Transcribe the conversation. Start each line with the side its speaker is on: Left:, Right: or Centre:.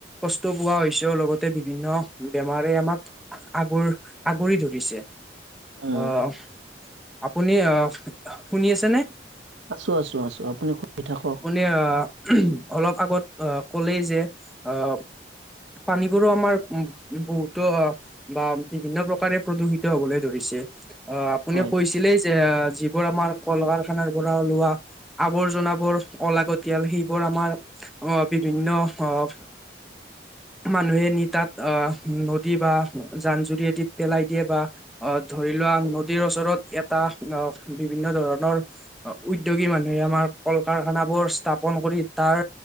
Centre: কষ্ট পোৱা হৈছ তেওঁলগতে বিভিন্ন বেমাৰে আমাক আগুৰ, আগুৰি ধৰিছে।
Right: উম
Centre: অহ, আপুনি অ', আপুনি শুনি আছেনে?
Right: আছোঁ, আছোঁ, আছোঁ, আপুনি কৈ থাকক।
Centre: নে আহ, অলপ আগত আহ ক'লেই যে আহ পানীবোৰো আমাৰ উম, বহুতো বা বিভিন্ন প্ৰকাৰে প্ৰদূষিত হ'বলৈ ধৰিছে, আহ আপুনি
Right: হয়
Centre: কৈছিলেই যে, যি সেইবোৰ আমাৰ কল-কাৰখানাৰ পৰা ওলোৱা আৱৰ্জনাবোৰ অলাগতিয়াল, সেইবোৰ আমাৰ অ', বিভিন্ন অহ মানুহে নি তাত, অ', নদী বা জান-জুৰি আদিত পেলাই দিয়ে, বা আহ ধৰি লোৱা নদীৰ ওচৰত এটা, আহ বিভিন্ন ধৰণৰ উদ্যোগী মানুহে, আমাৰ কল-কাৰখানাবোৰ স্থাপন কৰি তাৰ